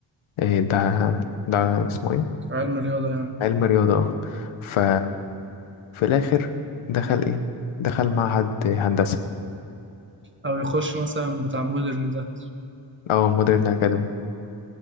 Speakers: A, on the left; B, on the right.
A: إيه ده ده اسمه ايه
B: علم الرياضة يعني
A: علم رياضة اه ف في الآخر دخل إيه دخل معهد هندسة
B: أو يخش مثلا بتاع مودرن ده
A: أو مودرن أكاديمي